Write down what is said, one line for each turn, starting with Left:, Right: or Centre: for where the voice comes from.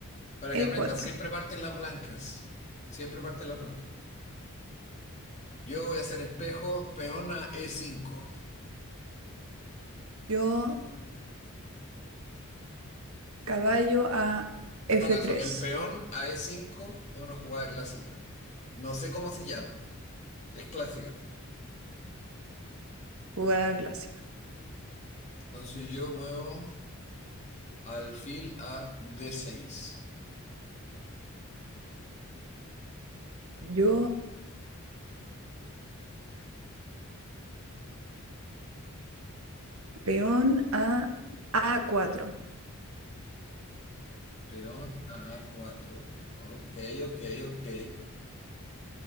Left: para
Right: E4.
Left: que aprendas. Siempre parten las blancas. Siempre parten las blancas. Yo voy a hacer espejo, peón a E5.
Right: Yo caballo a
Left: En
Right: F3.
Left: todo caso, el peón a E5 es una jugada clásica. No sé cómo se llama, es clásica, ¿no?
Right: Jugada clásica.
Left: Entonces yo muevo alfil a D6,
Right: Yo peón a A4.
Left: peón a A4. Ok, ok, ok.